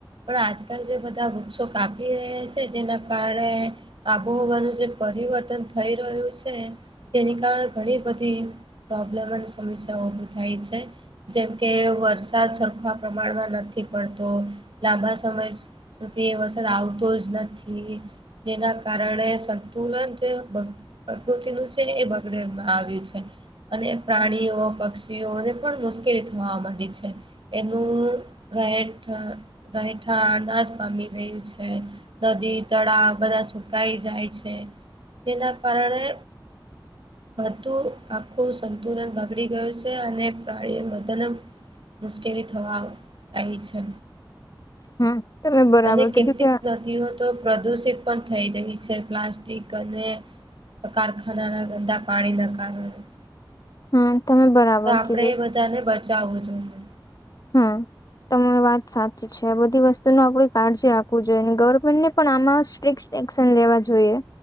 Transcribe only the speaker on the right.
પણ આજકાલ જે બધા વૃક્ષો કાપી રહ્યા છે જેના કારણે આબોહવાનું જે પરિવર્તન થઈ રહ્યું છે. જેને કારણે ઘણી બધી પ્રોબ્લમ અને સમસ્યાઓ ઊભી થાય છે. જેમકે વરસાદ સરખા પ્રમાણમાં નથી. પડતો, લાંબા સમય સુધી વરસાદ આવતો જ નથી. જેના કારણે સંતુલન કે પ્રકૃતિનું છે એ બગડે એમ આવ્યું છે. અને પ્રાણીઓ, પક્ષીઓને પણ મુશ્કેલી થવા માંડી છે. નું રહેઠા રહેઠા નાસ પામી રહ્યું છે. નદી, તળાવ બધા સુકાઈ જાય છે, જેના કારણે વધુ આખું સંતુલન બગડી ગયું છે અને પાણી બધાને મુશ્કેલી થવા આવી છે
અને કેટલીક
દિઓ તો પ્રદુષિત પણ થઈ રહી છે, પ્લાસ્ટિક અને કારખાનાના ગંદા પાણીના કારણે.
તો આપણે
એ બધાને બચાવવું જોઈએ.